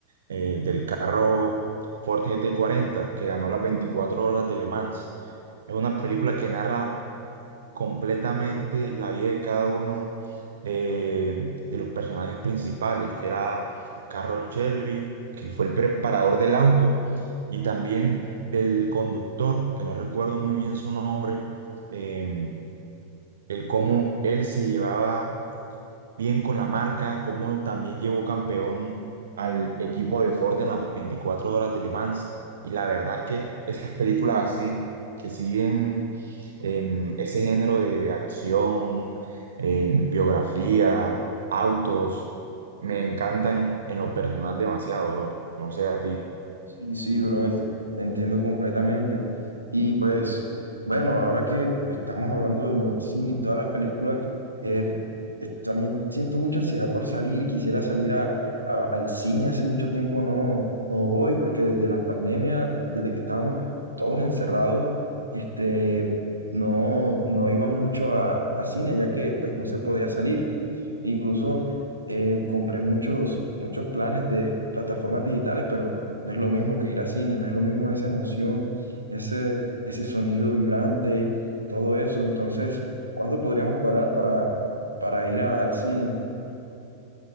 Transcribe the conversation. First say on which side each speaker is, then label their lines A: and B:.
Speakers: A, on the right (about 65°); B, on the right (about 80°).
A: eh, del carro Ford GT40, que ganó las 24 horas de Le Mans. Es una película que narra completamente la vida de cada uno eh, de los personajes principales, que era Carroll Shelby, que fue el preparador del auto, y también del conductor, que no recuerdo muy bien su nombre, eh, el cómo él se llevaba bien con la marca, como también llevó campeón al equipo de Ford en las 24 horas de Le Mans. Y la verdad es que esas películas así, que siguen em, ese género de acción, em, biografía, autos, me encantan en lo personal demasiado, bro. No sé a ti.
B: Sí, sí, bro, ent- te entiendo completamente. Y pues, bueno, ahora que estamos hablando de los cine y todas las películas, eh, es- también siento mucha ansiedad por salir. Quisiera salir a, a- al cine. Hace mucho tiempo no, no voy porque desde la pandemia, desde que estábamos todos encerrados, este, no, no iba mucho a, a cine ya que pues no se podía salir. Incluso eh, compré muchos, muchos planes de plataformas digitales, pero no es lo mismo que ir a cine, no es lo mismo esa emoción, ese, ese sonido vibrante, todo eso. Entonces, ¿cuándo podríamos cuadrar para, para ir a- al cine?